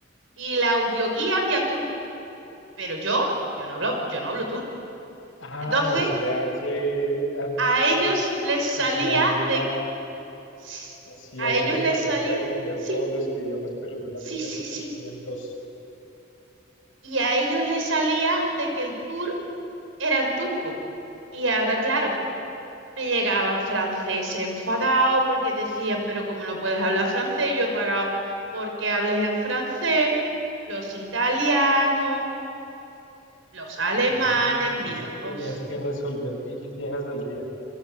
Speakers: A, on the right; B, on the left.
A: y la audioguía había turco, pero yo, yo no hablo, yo no hablo turco.
B: Ah,
A: Entonces,
B: o sea que ha-
A: a
B: ha-
A: ellos les salía
B: hacían la,
A: de... s-
B: hacían
A: A ellos
B: la propaganda
A: les salía...
B: de tener
A: Sí,
B: todos los idiomas, pero solamente
A: sí, sí,
B: al final
A: sí.
B: tenían dos.
A: Y a ellos les salía de que el tour era en turco. Y ahora, claro. Me llegaban francés enfadado porque decían, pero como no puedes hablar francés, yo he pagado porque hables en francés, los italianos, los alemanes,
B: Claro, entonces
A: mira,
B: tú tenías
A: uf,
B: que resolver mil quejas al día.